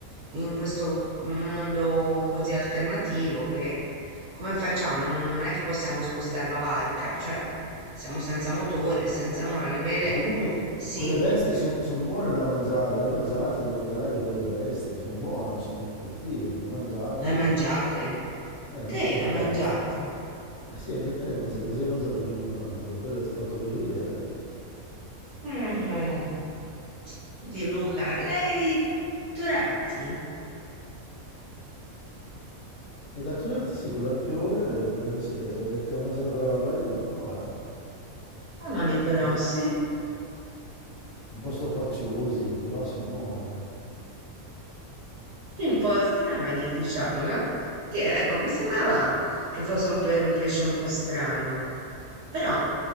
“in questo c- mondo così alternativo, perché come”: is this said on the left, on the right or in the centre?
Right